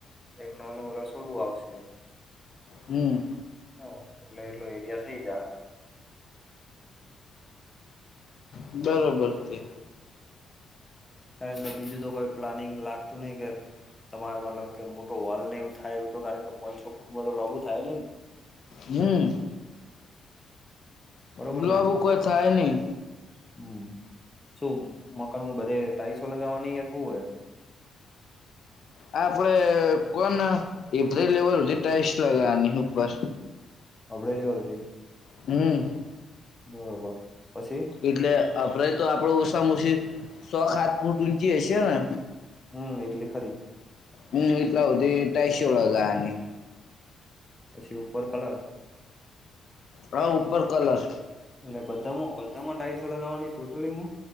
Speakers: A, on the left; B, on the left.
A: એક ન ન રસોડું આવશે
B: હમ
A: હ એટલું એટલું એરિયા થઇ જા હ
B: બરોબર છે
A: કારણ કે બીજું તો કોઈ પ્લાનિંગ લાગતું નહિ કે. તમારે મતલબ કે મોટો વલ ને એવું થાય એવું કારણ કે પોઈન્ટસો કુટુંમાં તો લોગુ થાય નનેને.
B: હમ
A: બરોબર
B: બબુ
A: ને
B: કોઈ થાય નહ.
A: હમ શું મકાનમાં બધે ટાઈસો લગાવવાની એ ખવું હોય
B: આ આપડે કોન એ લેવલધી ટાઈસ લગાવવાની ઉપર.
A: અભડેલી વા હતી.
B: હમ.
A: બરોબર પછી.
B: એટલે અરે તો આપડ ઓછાામ ઓછી સોખાત ફૂટ ઊંચી હશે ને.
A: હમ એટલી ખરી.
B: હમ એટલા હોતી તઈ શ ઓળ ગા અને.
A: પછી ઉપર કલર.
B: હા ઉપર કલસ.
A: એટલે બધામાં બધામાંઢાઈસો લગાવવાની ટોટલીમાં.